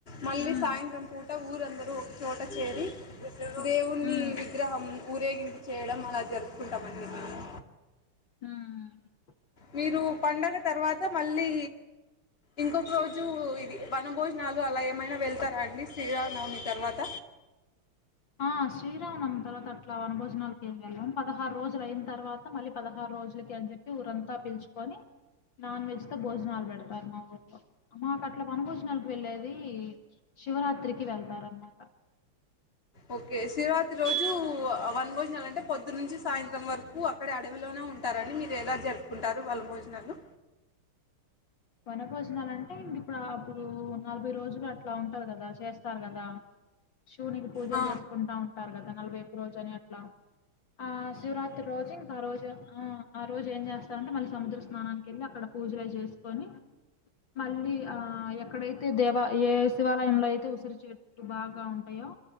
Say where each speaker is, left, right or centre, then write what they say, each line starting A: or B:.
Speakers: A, on the left; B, on the left.
A: మళ్ళీ
B: ఉమ్,
A: సాయంత్రం పూట ఊరందరూ ఒక చోట చేరి దేవుణి
B: ఉమ్,
A: విగ్రహం ఊరేగింపు చేయడం అలా జరు కుంటామండి మేము
B: మ్మ్
A: మీరు పండగా తర్వాత మళ్ళీ ఇంకొక రోజు ఇది వన భోజనాలు అలా ఏమైనా వెళ్తారా అండి శ్రీరామానవమి తర్వాత
B: ఆ శ్రీరామనవమి తర్వాత అట్లా వనభోజనాలకి ఏం వెళ్ళం పదహారు రోజులు అయిన తర్వాత మళ్ళీ పదహారు రోజులకి అని చెప్పి ఊరంతా పిలుచుకొని నాన్ వెజ్ తో భోజనాలు పెడతారు. మా ఊర్లో మాకు అట్లా వనభోజనాలకు వెళ్ళేది శివరాత్రికి వెళ్తారు అనమాట
A: ఓకే శివరాత్రి రోజు వనభోజనాలు అంటే పొద్దు నుంచి సాయంత్రం వరకు అక్కడ అడవిలోనే ఉంటారండి మీరు ఎలా జరుపుకుంటారు వనభోజనాలు
B: వనభోజనాలు అంటే ఇంకా ఇప్పుడు అప్పుడు నలభై రోజులు అట్లా ఉంటారు కదా చేస్తారు కదా దా శివునికి పూజలు
A: ఆ,
B: చేసుకుంటా ఉంటారు కదా నలభై ఒక్క రోజు అని అట్లా ఆ శివరాత్రి రోజు ఇంకా రోజు ఆ ఆ రోజు ఏం చేస్తా స అంటే మళ్ళ సముద్ర స్నానానికి వెళ్లి అక్కడ పూజలు చేసి కొని మళ్ళీ ఆ ఎక్కడైతే దేవ ఏ శివాలయంలో అయితే ఉసిరి చెట్లు బాగా ఉంటాయో